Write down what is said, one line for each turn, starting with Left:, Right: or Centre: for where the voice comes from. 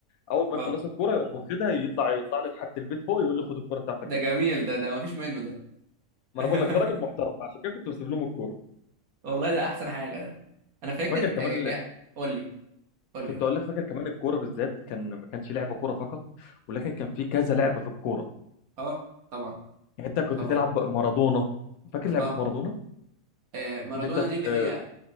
Left: اول ما
Right: اه
Left: يخلص الكوره يقوم واخدها يطلع يطلع لي لحد البيت فوق يقول لي خد الكوره بتاعتك
Right: ده
Left: اهي
Right: جميل ده ده ما فيش منه ده <laughs>
Left: ما انا بقول لك ده راجل محترم عشان كده كنت بسيب لهم الكوره
Right: والله ده احسن حاجه ده انا فاكر
Left: فاكر كمان
Right: آه، جاء قول لي قول لي
Left: كنت
Right: قول
Left: اقول
Right: لي
Left: لك فاكر كمان الكوره بالذات كان ما كانش لعبه كوره فقط ولكن كان في كذا لعبه في الكوره
Right: اه طبعا
Left: يعني انت كنت
Right: طبعا
Left: تلعب مارادونا فاكر لعبه
Right: اه
Left: مارادونا
Right: آه، مارادونا
Left: ان انت ت-
Right: دي اللي هي